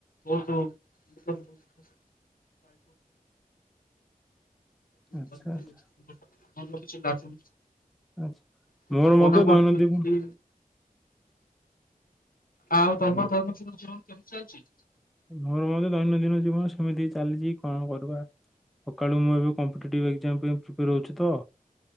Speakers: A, on the left (about 75°); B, in the centre.
A: ବହୁତ ପ୍ର <unintelligible>
B: ଆଚ୍ଛା
A: <inaudible>
B: ଆଚ୍ଛା
A: ଭଲ କିଛି ଲାଗୁନି।
B: ଆଛା
A: କିନ୍ତୁ
B: ମୋର
A: ପଢାପଢି
B: ମଧ୍ୟ ଦୈନ
A: ବି ଏମତି
B: ଦିନ
A: ଆଉ ତମର
B: ହଉ
A: ଦୈନ ଦିନ ଜୀବନ କେମିତି ଚାଲିଛି?
B: ମୋର ଭଣଞ୍ଜା ଦୈନନ୍ଦିନ ଜୀବନ ସେମିତି ଚାଲିଛି କଣ କରିବା। ସକାଳୁ ମୁଁ ଏବେ କମ୍ପିଟେଟିଭ୍ ଏକ୍ଜାମ ପାଇଁ ପ୍ରିପେୟାର ହେଉଛି ତ।